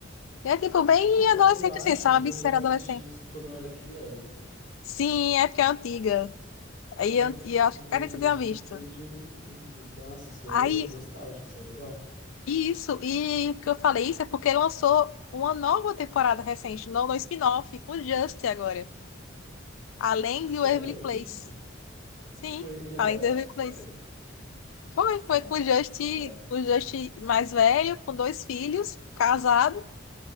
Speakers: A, on the left (about 80°); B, on the left (about 45°).
A: E é tipo bem
B: Cara,
A: adolescente
B: eu acho
A: assim, sabe?
B: que eu
A: Ser
B: já assisti
A: adolescente.
B: isso quando eu era criança.
A: Sim, é porque é antiga. Aí
B: Pode
A: eu- E eu
B: crer,
A: acho que cara, você tinha
B: os feiticeiros
A: visto.
B: de Waverly Place. Isso aqui, nossa, isso daí
A: Aí,
B: é nostálgico, isso é legal.
A: isso, e o que eu falei isso é porque lançou uma nova temporada recente, no, no spin-off, com o Just agora. Além
B: Sério,
A: de Waverly
B: eu não
A: Place.
B: acredito.
A: Sim,
B: Tipo, ele agora,
A: além de Waverly
B: velho?
A: Place. Foi,
B: Nossa,
A: foi com o Just,
B: que da hora.
A: o Just mais velho, com dois filhos, casado.